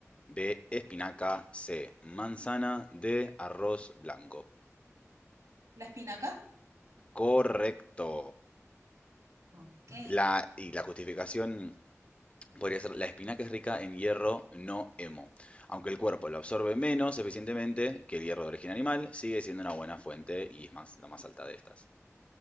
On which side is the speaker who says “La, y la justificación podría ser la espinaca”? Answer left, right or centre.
Left